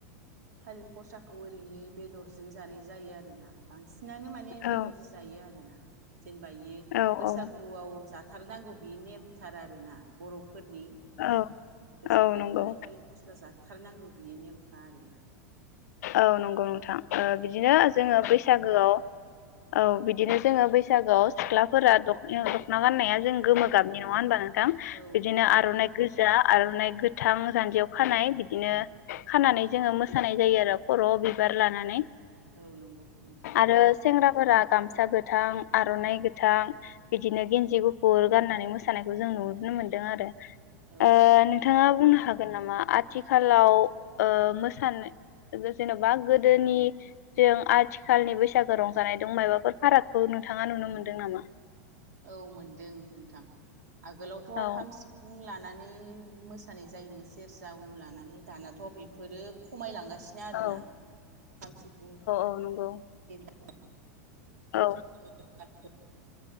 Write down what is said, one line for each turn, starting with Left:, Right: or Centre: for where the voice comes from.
Right: ओ फसाखौ ओरैनो बेदरजों जानाय जायो आरोना बांसिन नानो माने
Left: औ
Right: बेदर जायो आरोना जेनेबा इयो
Left: औ
Right: बैसागुआव
Left: औ
Right: जा थारनांगौ बियो नेमथार आरोना बर'फो फोरनि
Left: औ
Right: बैसागुआव
Left: औ नंगौ
Right: माने थालिर फस्ला जाथारनांगौ बेयो नेम खा आरोना
Left: औ नंगौ नोंथां
Right: बेनिखायनो
Left: ओ
Right: बेखौ
Left: बिदिनो
Right: बर'फोरा
Left: जोङो बैसागोआव औ बिदिनो जोङो बैस सागोआव सिख्लाफोरा दख'ना दख'ना गाननाया जों गोमो गाबनि नङा होमबा थां
Right: औ
Left: बिदिनो
Right: गोमो गाबनि
Left: आर'नाइ गोजा आर'नाइ गोथां जान्जियाव खानाय बिदिनो। खानानै
Right: औ
Left: जोङो मोस सानाय जायो आरो। खर'आव बिबार लानानै।
Right: औ नंगौ नोंथां।
Left: आरो सेंग्राफोरा गामसा गोथां आर'नाइ गोथां। बिदिनो गेन्जि गुफुर गाननानै मोसानायखौ जों नुनो मोन्दों आरो।
Right: औ
Left: ओ
Right: औ
Left: नोंथाङा बुंनो हागोन। गोन नामा आथिखालाव ओ मोसानो। जेन'बा गोदोनि जों आथिखालनि बैसागो रंजानाय दं माइबाफोर फारागखौ नोंथाङा नुनो मोनदों नामा?
Right: औ मोनदों नोंथां। आगोलावथ'
Left: औ
Right: खाम सिफुं लानानै मोसानाय जायोमोन सेरजा उनु लानानै दानाथ' बेफोरो खमायलांगासिनो। बिनो आरो
Left: औ
Right: ना। औ।
Left: औ। औ।
Right: औ।
Left: औ
Right: खमैबो।